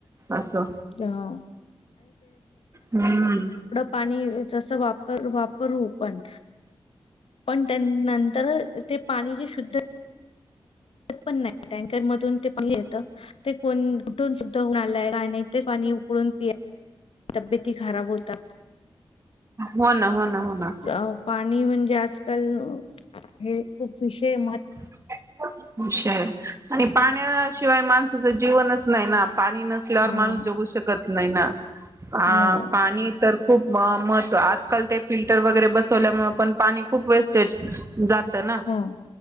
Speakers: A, on the right (about 30°); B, on the left (about 85°).
A: असं.
B: <unintelligible>
A: हम्म
B: पाणी जसं वापरू वापरू, पण पण, त्यांना तर ते पाणी जे शुद्ध पण नाही, टँकर मधून ते पाणी येत. ते कोण कुठून शुद्ध होऊन आलंय काय नाही ते पाणी उकडून पी तब्येती खराब होतात.
A: हो ना हो, ना हो ना
B: आज पाणी म्हणजे आजकाल हे खूप विषय ‌
A: <unintelligible> शिवाय माणसाचं जीवनच नाही. ना पाणी नसल्यावर
B: हा
A: माणूस जगू शकत नाही ना. हा,
B: नाही
A: पाणी तर खूप महत्व आजकाल ते फिल्टर वगैरे बसवल्यामुळे पण पाणी खूप वेस्ट जात ना.
B: हो,